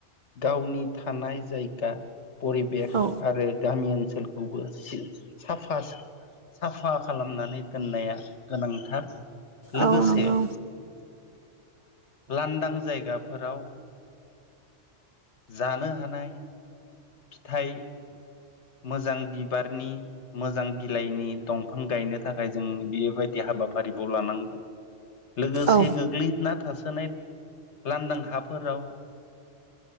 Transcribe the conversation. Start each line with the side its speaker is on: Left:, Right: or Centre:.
Left: गावनि थानाय जायगा परिबेस
Right: औ
Left: आरो गामि ओनसोलखौबो साफा साफा खालामनानै दोननाया गोनांथार। लोगोसे
Right: औ नंगौ।
Left: लांदां जायगाफोराव जानो हानाय फिथाइ मोजां बिबारनि मोजां बिलाइनि दंफां गायनो थाखाय जों बेबायदि हाबाफारिखौ लानांगौ। लोगोसे
Right: औ
Left: गोग्लैनाथ' थासोनाय लांदां हाफोराव ओ